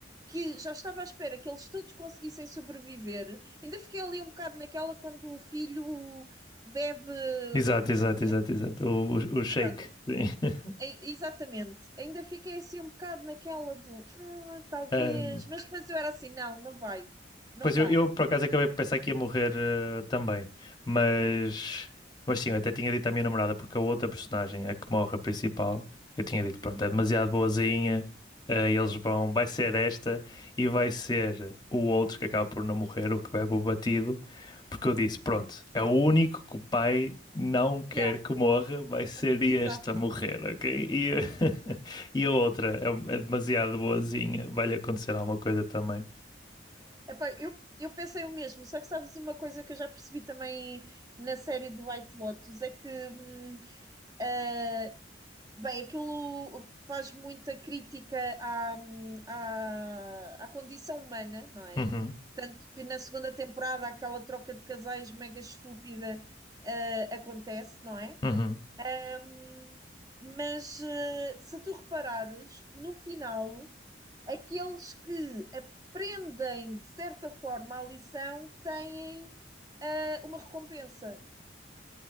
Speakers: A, on the right; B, on the left.
A: que já estava à espera que eles todos conseguissem sobreviver. Ainda fiquei ali um bocado naquela quando o filho bebe
B: Exato,
A: o
B: exato,
A: veneno.
B: exato, exato. O, o, o shake.
A: Pronto,
B: Sim.
A: é- exatamente. Ainda fiquei assim um bocado naquela do "Ah, talvez,
B: <laughs> Ah,
A: mas depois eu era assim, não, não vai, não
B: Pois
A: vai.
B: eu, eu, por acaso acabei de pensar que ia morrer eh, também, mas, mas sim, eu até tinha dito à minha namorada, porque a outra personagem, a que morre, a principal, eu tinha dito, pronto, é demasiado boazinha, eh, eles vão, vai ser esta e vai ser o outro que acaba por não morrer, o que bebe o batido, porque eu disse, pronto, é o único que o pai não quer
A: Yeah,
B: que morra, vai ser
A: exato.
B: este a morrer, ok? E, <laughs> e a outra é, é demasiado boazinha, vai-lhe acontecer alguma coisa também.
A: Epá, eu, eu pensei o mesmo, só que sabes uma coisa que eu já percebi também na série do White Lotus é que, hum, eh, bem, aquilo faz muita crítica à, hum, à, à condição humana, não é?
B: Uhum,
A: Tanto que na segunda temporada aquela troca de casais mega estúpida, eh, acontece, não é?
B: uhum.
A: Hum, mas eh, se tu reparares, no final aqueles que aprendem, de certa forma, a lição têm ah, uma recompensa.